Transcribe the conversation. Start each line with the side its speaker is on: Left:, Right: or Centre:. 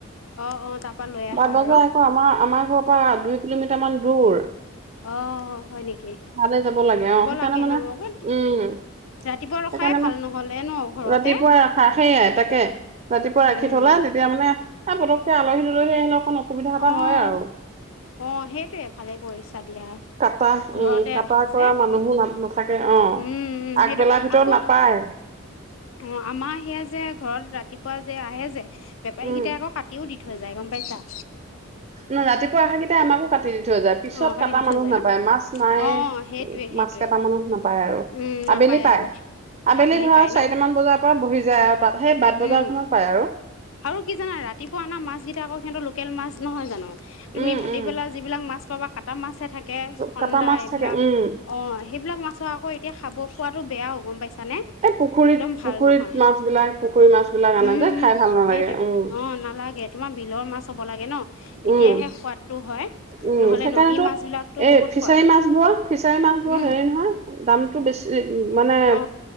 Left: অ', অ', তাৰপা লৈ আহা
Right: বাট বজাৰ
Left: আৰু
Right: আকৌ আমাৰ, আমাৰ ঘৰৰ পৰা দুই কিলোমিটাৰ মান দূৰ।
Left: অ, হয় নেকি?
Right: ভালে যাব লাগে। অ, সেইকাৰণে
Left: লাগে
Right: মানে
Left: অ',
Right: উম,
Left: ৰাতিপুৱা ৰখাই
Right: সেইকাৰণে
Left: ভাল
Right: মানে,
Left: নহ'লে ন ঘৰতে
Right: ৰাতিপুৱাই সেইয়াই তাকে। ৰাতিপুৱা ৰাখি
Left: উম
Right: থলা, তেতিয়া মানে এই পতকে আলহী- দুলহী আহিলে অকণ অসুবিধা
Left: অ',
Right: এটা হয় আৰু।
Left: অ, সেইটো ভালে কৰিছা দিয়া।
Right: কাটা
Left: ঘৰতে
Right: উম, কাটা
Left: ৰাখে
Right: কৰা
Left: যে
Right: মানুহবোৰ, নাথাকে অ,
Left: উম উম সেইটোৱে
Right: আগবেলাৰ ভিতৰত
Left: আকৌ
Right: নাপায়।
Left: অ, আমাৰ সেয়া যে, ঘৰত ৰাতিপুৱা যে আহে যে বেপাৰীকেইটাই
Right: উম
Left: আকৌ কাটিও দি থৈ যায়, গম পাইছা।
Right: ৰাতিপুৱা আহা, কেই তেতিয়া আমাকো কাটি দি থৈ যায়। পিছত
Left: অ কাটি
Right: কাটা
Left: দি
Right: মানুহ
Left: থৈ যায়
Right: নাপায়,
Left: ন
Right: মাছ নাই,
Left: অ সেইটোৱে সেইটোৱে
Right: মাছ কটা মানুহ নাপায় আৰু।
Left: উম, নাপায়
Right: আবেলি পায়
Left: আৰু
Right: আবেলি ধৰা
Left: পায় ন
Right: চাৰিটামান বজাৰ পৰা বহি যায় আৰু। তাত সেই বাট বজাৰখনত
Left: উম,
Right: পায় আৰু
Left: আৰু কি জানা, ৰাতিপুৱা অনা মাছ কেইটা আকৌ সিহঁতৰ লোকেল মাছ নহয় জানো? তুমি
Right: উম
Left: ভাতিবেলা
Right: উম
Left: যিবিলাক মাছ পাবা, কাটা মাছহে থাকে। চন্দা,
Right: কটা মাছ
Left: এইবিলাক
Right: থাকে উম
Left: অ, সেইবিলাক মাছ আকৌ এতিয়া খাব, খোৱাটো বেয়াও গম পাইছানে?
Right: এই পুখুৰীত,
Left: একদম ভাল
Right: পুখুৰীত
Left: নহয়
Right: মাছ বিলাক পুখুৰী মাছ বিলাক আনে
Left: উম,
Right: যে
Left: উম,
Right: খাই ভাল
Left: সেইটোৱে
Right: নালাগে
Left: সেইটো
Right: উম
Left: অ, নালাগে। তোমাৰ বিলৰ মাছ হ'ব লাগে ন, তেতিয়াহে
Right: উম
Left: সোৱাদটো হয়।
Right: উম,
Left: নহ'লে
Right: সেইকাৰণেতো
Left: নদীৰ মাছ বিলাকতো
Right: এই
Left: বহুত
Right: ফিচাৰী
Left: সোৱাদ
Right: মাছ বোৰ, ফিচাৰী মাছ বোৰ
Left: উম
Right: হেৰি নহয়। দামটো বেছি মানে,
Left: অ